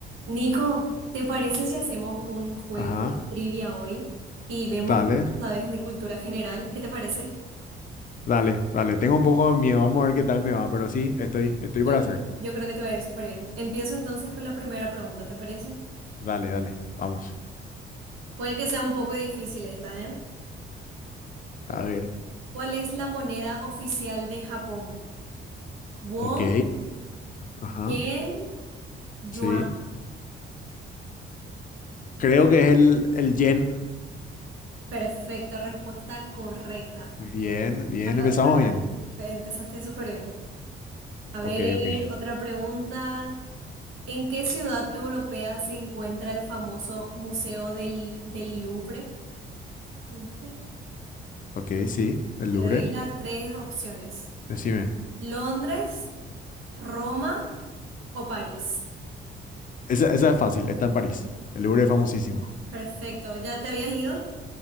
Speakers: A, on the right; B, on the left.
A: Nico, ¿te parece si hacemos un juego
B: Ajá,
A: de trivia hoy y vemos,
B: dale,
A: sabes, de cultura general? ¿Qué te parece?
B: dale, dale. Tengo un poco de miedo, vamos a ver qué tal me va, pero sí, estoy, estoy
A: Yo,
B: para hacer.
A: yo creo que te va a ir súper bien. Empiezo entonces con la primera pregunta, ¿te parece?
B: Dale, dale, vamos.
A: Puede que sea un poco difícil esta, ¿eh?
B: A ver,
A: ¿Cuál es la moneda oficial de Japón? Won,
B: ok, ajá,
A: yen, yuan.
B: sí. Creo que es el, el yen.
A: Perfecto, respuesta correcta.
B: Bien, bien,
A: Acá,
B: empezamos
A: acá
B: bien.
A: empezaste súper bien. A ver,
B: Ok, ok,
A: otra pregunta. ¿En qué ciudad europea se encuentra el famoso Museo del, del Louvre? Louvre.
B: ok, sí, el
A: Te
B: Louvre,
A: doy las tres opciones.
B: decime.
A: Londres, Roma o París.
B: Esa, esa es fácil, está en París. El Louvre es famosísimo.
A: Perfecto. ¿Ya te habías ido?